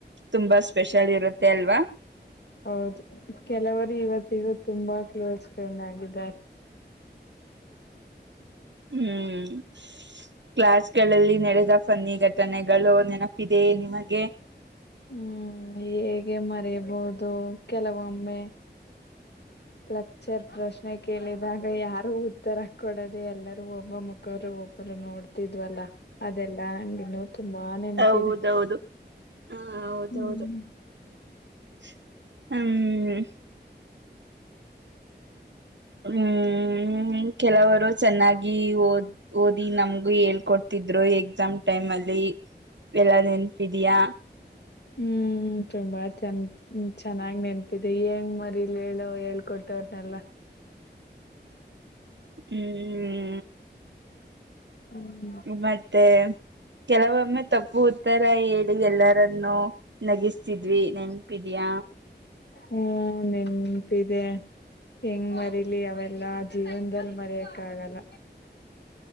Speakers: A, on the right; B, on the left.
A: ತುಂಬಾ ಸ್ಪೆಷಲ್ ಇರುತ್ತೆ ಅಲ್ವಾ.
B: ಹೌದು ಕೆಲವರು ಇವತ್ತಿಗೂ ತುಂಬಾ ಕ್ಲೋಸ್ ಫ್ರೆಂಡ್ ಆಗಿದ್ದಾರೆ.
A: ಹ್ಮ್ ಕ್ಲಾಸ್ ಗಳಲ್ಲಿ ನಡೆದ ಪನ್ನಿ ಘಟ್ ಟನೆಗಳು ನೆನಪಿದೆ ನಿಮಗೆ.
B: ಹ್ಮ್ ಹೇಗೆ ಮರೆಯಬಹುದು ಕೆಲವೊಮ್ಮೆ. ಲೆಕ್ಚರ್ ಪ್ರಶ್ನೆ ಕೇಳಿದಾಗ ಯಾರು ಉತ್ತರ ಕೊಡದೇ ಎಲ್ಲರೂ ಒಬ್ಬ ಮುಕ್ ಕ್ಕರು ಒಬ್ಬರು ನೋಡ್ತಿದ್ವಲ್ಲಾ ಅದೆಲ್ಲಾ ಹಂಗ್ ಇನ್ನೂ ತುಂಬಾ ನೆನಪಿದೆ
A: ಹೌದೌದು ಹ ಹೌದೌದು
B: ಹ್ಮ್.
A: ಹ್ಮ್ ಹ್ಮ್ ಕೆಲವರು ಚೆನ್ನಾಗಿ ಓದ್ ಓದಿ ನಮಗು ಹೇಳ್ಕೊ ತ್ತಿದ್ರು ಎಕ್ಸಾಮ್ ಟೈಮ್ ಅಲ್ಲಿ ಎಲ್ಲಾ ನೆನಪಿದಿಯಾ.
B: ಹ್ಮ್ ತುಂಬಾ ಚಂದ ಚೆನ್ನಾಗ್ ನೆನಪಿದೆ ಹೆಂಗ್ ಮರಿಲಿ ಹೇಳೋ ಹೇಳ್ಕೊಟ್ಟವರನೆಲ್ಲಾ.
A: ಹ್ಮ್
B: ಹ್ಮ್
A: ಮತ್ತೆ ಕೆಲವೊಮ್ಮೆ ತಪ್ಪು ಉತ್ತರ ಹೇಳಿ ಎಲ್ಲಾರನ್ನು ನಗಿಸ್ತಿದ್ವಿ ನೆನಪಿದಿಯಾ.
B: ಹ್ಮ್ ನೆನಪಿದೆ. ಹೆಂಗ್ ಮಾರಿಲಿ ಅವೆಲ್ಲಾ ಜೀವನದಲ್ಲಿ ಮಾರಿಯೋಕೆ ಆಗಲ್ಲ.